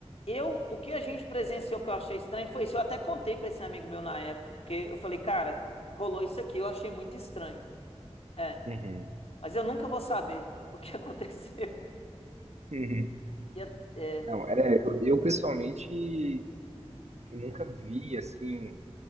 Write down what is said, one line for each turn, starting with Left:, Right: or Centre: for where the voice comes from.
Left: Eu, o que a gente presenciou que eu achei estranho foi isso. Eu até contei pra esse amigo meu na época, porque eu falei, cara, rolou isso aqui, eu achei muito estranho. É,
Right: Uhum.
Left: mas eu nunca vou saber o que <laughs> aconteceu.
Right: Uhum.
Left: E é, é,
Right: Não, é, eu, eu pessoalmente nunca vi, assim,